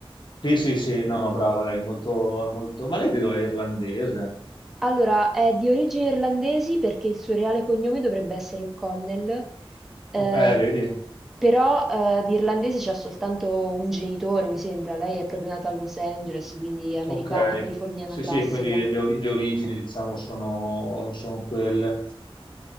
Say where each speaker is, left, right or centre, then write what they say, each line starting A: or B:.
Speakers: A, on the left (about 55°); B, in the centre.
A: Sì, sì, sì, no, no, brava, lei è molto, è molto... Ma lei di dove è irlandese?
B: Allora, è di origini irlandesi perché il suo reale cognome dovrebbe essere O'Connell, eh,
A: O- Eh, vedi?
B: però eh, di irlandesi c'ha soltanto un genitore, mi sembra. Lei è proprio nata a Los Angeles, quindi è americana,
A: Ok.
B: californiana
A: Sì,
B: classica.
A: sì, quindi le, ori- le origini, diciamo, sono, sono quelle.